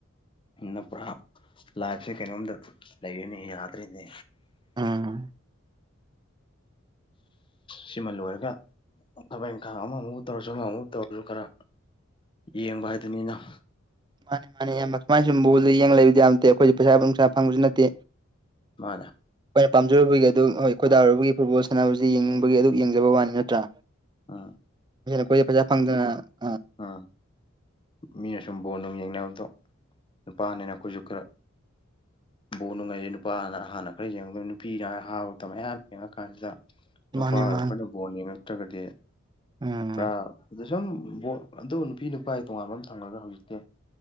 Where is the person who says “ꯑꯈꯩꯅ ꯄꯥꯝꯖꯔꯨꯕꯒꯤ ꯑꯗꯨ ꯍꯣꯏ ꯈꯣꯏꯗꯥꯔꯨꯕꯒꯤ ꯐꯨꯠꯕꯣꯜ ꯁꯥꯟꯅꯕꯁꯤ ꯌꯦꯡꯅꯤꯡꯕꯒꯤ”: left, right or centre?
Right